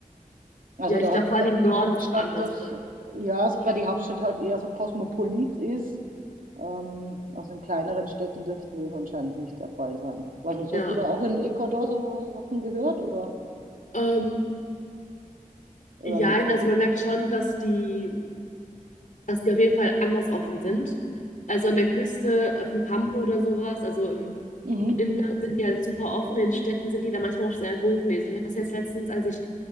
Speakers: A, on the right; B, on the left.
A: Also
B: Ja, ich
A: da
B: glaube
A: hat
B: vor allen
A: dann
B: Dingen im
A: die
B: Norden
A: Hauptstadt
B: ist es anders,
A: das,
B: oder?
A: ja, also weil die Hauptstadt halt eher so kosmopolit ist Ähm, also in kleineren Städten dürfte das anscheinend nicht der Fall sein. Weiß nicht,
B: Ja.
A: hast du da auch in Ecuador so Sachen gehört oder,
B: Ähm,
A: oder
B: jein,
A: nicht wirklich?
B: also man merkt schon, dass die, dass die auf jeden Fall anders offen sind. Also an der Küste, auf dem Campo oder sowas, also im
A: Mhm.
B: Inland sind die halt super offen, in Städten sind die da manchmal noch sehr hochnäsig. Ich hatte das jetzt letztens, als ich